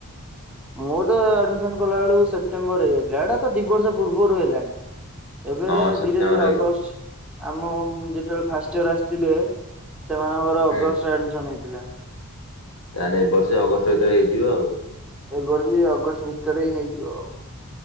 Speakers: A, in the centre; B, on the left.
A: ମୋର ତ ଆଡମିସନ କଲା ବେଳକୁ ସେପ୍ଟେମ୍ବର ଇ ହେଇାଇଥିଲା। ଏଇଟା ତ ଦି ବର୍ଷ ପୂର୍ବରୁ ହେଲାଣି। ଏବେ
B: ହଁ ସେପ୍ଟେମ୍ବର
A: ଧୀରେ ଧୀରେ ଅଗଷ୍ଟ।
B: ହେଇ
A: ଆମ ଯେତେବେଳେ ଫାଷ୍ଟ ଇୟର ଆସିଥିଲେ ସେମାନଙ୍କର
B: ହୁଁ
A: ଅଗଷ୍ଟ ରେ ଆଡମିଶନ ହେଇଥିଲା।
B: ତାହେଲେ ଏ ବର୍ଷେ ଅଗଷ୍ଟ ଭିତରେ ହେଇଯିବ ଆଉ।
A: ଏଇ ବର୍ଷ ବି ଅଗଷ୍ଟ ଭିତରେ ହିଁ ହେଇଯିବ ଆଉ।